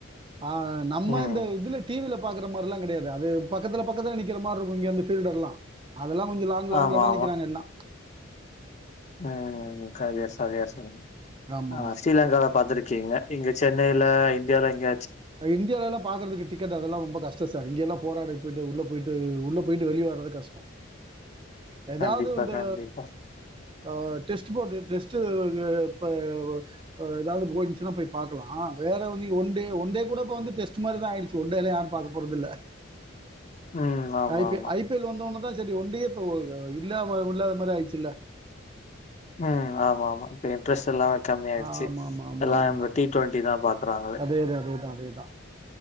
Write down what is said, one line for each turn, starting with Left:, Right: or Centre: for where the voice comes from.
Right: ஆ.. நம்ம
Left: ம்.
Right: இந்த இதுல டிவில பாக்குற மாரிலா கிடையாது அது பக்கத்துல பக்கத்தில நிக்கிற மாரி இருக்கு அந்த பீல்ட எல்லா அதெல்லாம் கொஞ்ச லாங் லாங்கல
Left: ஆமா,
Right: தான்
Left: ஆமா.
Right: நிக்குறாங்க எல்லா
Left: ம் <unintelligible>
Right: ஆமாமா.
Left: ஆ ஸ்ரீலங்கால பாத்துருக்கே கீங்க இங்க சென்னைல இந்தியால எங்க
Right: இந்தியாலல்லா பாகுறதுக்கு டிக்கட் அதெல்லா ரொம்ப கஷ்டோ சார் இங்கெல்லா போராடி போயிட்டு உள்ள போயிட்டு உள்ள போயிட்டு வெளிய வர்ரது கஷ்டோ ஏதாவது
Left: கண்டிப்பா,
Right: இந்த
Left: கண்டிப்பா.
Right: ஓ டெஸ்ட் போடு டெஸ் த்து ஒ ஏதாவது போய்ந்துச்சுன்னா போய் பாக்கலா வேற வந்து இங்க ஒன்டே ஒன்டே கூடப் போந்து டெஸ்ட் மாரிதா ஆயிடுச்சு ஒன்டேல்லா யாரு பாக்க போறது இல்ல
Left: ம். ஆமா,
Right: ஐபி
Left: ஆமா.
Right: ஐ பி எல் வந்த ஒன்னுதா சரி ஒண்டியேப்ப ஓ இல்லாம முல்லாத மாரி ஆயிச்சுல்ல
Left: உம் ஆமா ஆமா இப்ப இன்ட்ரெஸ்ட்ல்லா கம்மி ஆயிடுச்சு
Right: ஆமா ஆமா ஆமா
Left: எல்லா
Right: ஆமா
Left: நம்ம
Right: ஆமா
Left: டி டுவெண்டிதா பாக்குறாங்கலே
Right: அதேதா அதேதா அதேதா